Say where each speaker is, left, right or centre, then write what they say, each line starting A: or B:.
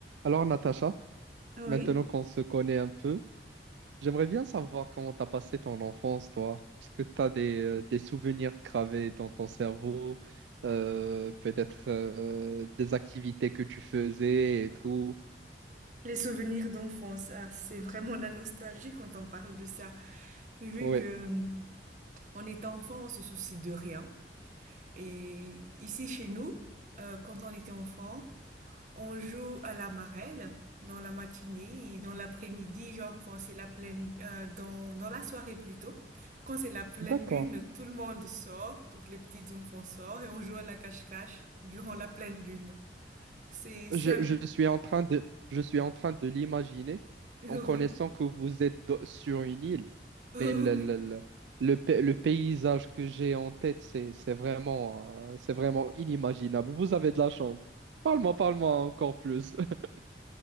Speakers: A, on the right; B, on the right.
A: Alors, Natacha,
B: Oui,
A: maintenant qu'on se connaît un peu, j'aimerais bien savoir comment t'as passé ton enfance, toi. Est-ce que t'as des, euh, des souvenirs gravés dans ton cerveau, euh, peut-être euh, des activités que tu faisais et tout?
B: les souvenirs d'enfance, ah, c'est vraiment la nostalgie quand on parle de ça. Vu
A: Oui,
B: que euh, on est enfant, on se soucie de rien. Et ici chez nous, euh, quand on était enfant, on joue à la marelle dans la matinée et dans l'après-midi, genre quand c'est la pleine, euh, dans dans la soirée plutôt. Quand c'est la pleine
A: D'accord.
B: lune, tout le monde sort, toutes les petites enfants sortent et on joue à la cache-cache durant la pleine lune. C'est c'est
A: Je,
B: un-
A: je suis en train de, je suis en train de l'imaginer
B: <laughs> oui,
A: en connaissant que vous êtes do- sur une île.
B: <laughs>
A: Mais le, le,
B: oui.
A: le, le pa- le paysage que j'ai en tête, c'est, c'est vraiment, euh, c'est vraiment inimaginable. Vous avez de la chance. Parle-moi, parle-moi encore plus. <laughs>